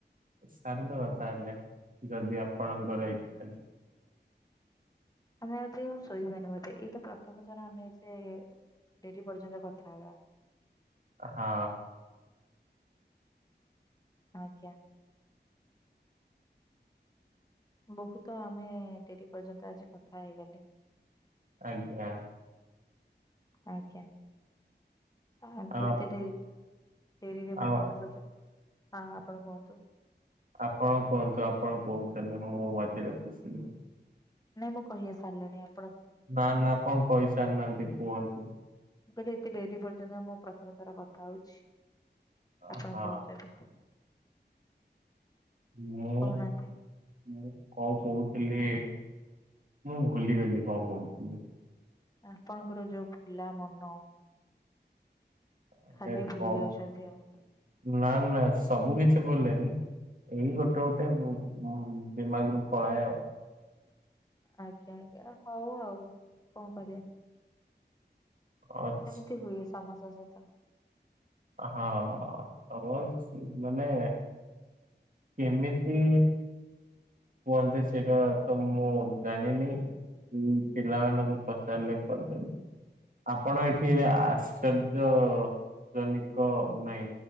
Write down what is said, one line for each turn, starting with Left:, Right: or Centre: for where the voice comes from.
Right: ସାରଦବା ତାହେଲେ ଯଦି ଆପଣଙ୍କର ଏଇ
Left: ଆମେ ଆଜି ଶୋଇବାନି ବୋଧେ ଏଇଟା ପ୍ରଥମଥର ଆମେ ଏତେ ଡେରି ପର୍ଯ୍ୟନ୍ତ କଥା ହେବା।
Right: ହଁ।
Left: ଆଜ୍ଞା। ବହୁତ ଆମେ ଡେରି ପର୍ଯ୍ୟନ୍ତ ଆଜି କଥା ହେଇଗଲେ।
Right: ଆଜ୍ଞା।
Left: ଆଜ୍ଞା ଆ
Right: ଆଉ
Left: ଏତେ ଡେରି ଡେରିରେ ମୁଁ
Right: ଆଉ
Left: କାହା ସହିତ ହଁ ଆପଣ କୁହନ୍ତୁ।
Right: ଆପଣ କୁହନ୍ତୁ ଆପଣ କହୁଥିଲେ ମୁଁ ମଝିରେ ପଶିଲି
Left: ନାଇଁ ମୁଁ କହିିବା ସାରିଲିଣି ଆ
Right: ନା ନା ଆପଣ କହି ସାରି ନାହାନ୍ତି କୁହନ୍ତୁ।
Left: ମୁଁ କହିଲି ଏତେ ଡେରି ପର୍ଯ୍ୟନ୍ତ ମୁଁ ପ୍ରଥମ ଥର କଥା ହଉଛି।
Right: ହଁ
Left: ଆପଣ କୁହନ୍ତୁ ଏବେ।
Right: ହଁ ମୁଁ
Left: କହୁନାହାନ୍ତି
Right: ମୁଁ କଣ୍ କହୁଥିଲି ମୁଁ ଭୁଲିଗଲି କଣ କହୁଥିଲି।
Left: ଆପଣଙ୍କର ଯୋଉ ଭୁଲା ମନ।
Right: ମାନେ
Left: ଖାଲି ଭୁଲି
Right: କଣ
Left: ଯାଉଛନ୍ତି ଆଉ।
Right: ନା ନା ସବୁ କିଛି ଭୁଲେନି। ଏଇ ଗୋଟେ ଗୋଟେ ବ-ବ-ଦିମାଗ ରୁ ପଳାଏ ଆଉ।
Left: ଆଜ୍ଞା ଆଜ୍ଞା ହଉ ଆଉ କଣ କରିବା।
Right: ଅଛି।
Left: ସେମିତି ହୁଏ ସମସ୍ତଙ୍କ ସହିତ।
Right: ହଁ ସମଶ୍ ମାନେ କେମିତି କୁହନ୍ତି ସେଇଟା ତ ମୁଁ ଜାଣିନି। ମୁଁ ପିଲା ମାନଙ୍କୁ ପଚାରିଲେ କହି ପାରିବି। ଆପଣ ଏଠି ଏବେ ଆଶ୍ଚର୍ଯ୍ୟ ଜନିକ ନାଇଁ